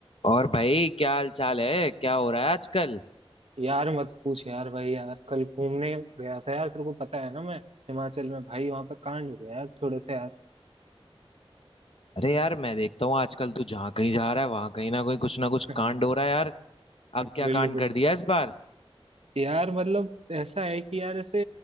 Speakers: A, on the left (about 70°); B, on the right (about 85°).
A: और भाई क्या हाल चाल है क्या हो रहा है आजकल
B: यार मत पूछ यार भाई यार कल घूमने गया था यार तेरे को पता है ना मैं हिमाचल में भाई वहां पे कांड हो गया यार थोड़े से यार
A: अरे यार मैं देखता हूँ आजकल तू जहाँ कहीं जा रहा है वहां कहीं ना कहीं कुछ ना कुछ
B: <laughs>
A: कांड हो रहा है यार अब क्या
B: बिल्कुल
A: कांड कर दिया इस बार
B: यार मतलब ऐसा है कि यार ऐसे